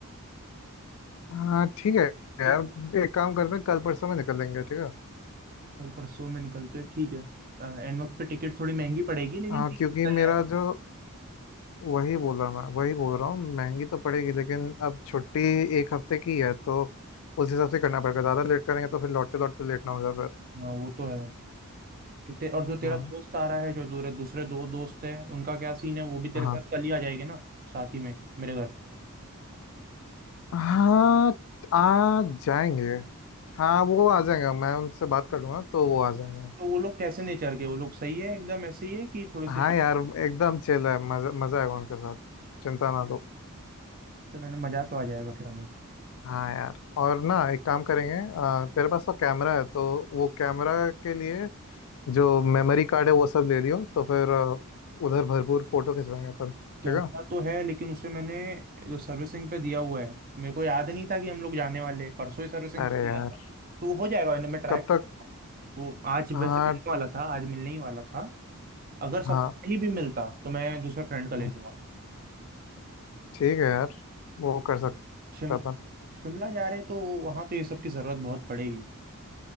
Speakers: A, on the left; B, on the right.
A: हाँ ठीक है यार
B: तो
A: एक काम करते हैं कल परसों में निकल लेंगे ठीक है
B: कल परसों में निकलते हैं ठीक है अ, एन वक्त पे टिकट थोड़ी महंगी पड़ेगी लेकिन
A: हाँ
B: ठीक
A: क्योंकि
B: है निकल
A: मेरा
B: जाएगा।
A: जो वही बोला मैं वही बोल रहा हूँ महंगी तो पड़ेगी लेकिन अब छुट्टी एक हफ्ते की है तो उस हिसाब से करना पड़ेगा ज़्यादा लेट करेंगे तो फिर लौटते लौटते लेट ना हो जाए फिर
B: हाँ वो तो है तो ते, और जो तेरा
A: हम्म
B: दोस्त आ रहा है जो दूसरे दूसरे दो दोस्त है उनका क्या सीन है वो भी तेरे
A: हाँ
B: साथ कल ही आ जाएंगे ना साथ ही में मेरे घर
A: हाँ आ जाएंगे हाँ वो आ जाएंगे मैं उनसे बात कर लूँगा तो वो आ जाएंगे
B: तो वो लोग कैसे नेचर के वो लोग सही है एकदम ऐसे ही है कि थोड़े से
A: हाँ यार एकदम चिल है मज़ा मज़ा आएगा उनके साथ चिंता ना लो
B: चलो ना मजा तो आ जाएगा फिर हमें
A: हाँ यार और ना एक काम करेंगे आ, तेरे पास तो कैमरा है तो वो कैमरा के लिए जो मेमोरी कार्ड है वो सब ले लियो तो फिर आ, उधर भरपूर फोटो खिंचवाएंगे अपन ठीक
B: कैमरा
A: है
B: तो है लेकिन उसे मैंने जो सर्विसिंग पे दिया हुआ है मेरे को याद नहीं था कि हम लोग जाने वाले हैं। परसों ही सर्विसिंग
A: अरे
B: पे दिया
A: यार
B: था तो हो जाएगा मैंने मैं ट्राई
A: कब
B: करूँगा
A: तक
B: वो आज
A: हाँ
B: वैसे मिलने वाला था आज मिलने ही वाला था अगर सब
A: हाँ
B: नहीं भी मिलता तो मैं दूसरे फ्रेंड का ले
A: हम्म,
B: लूंगा
A: ठीक है यार वो कर सकते
B: शिम
A: हैं अपन
B: शिमला जा रहे हैं, तो वहाँ तो ये सब की ज़रूरत बहुत पड़ेगी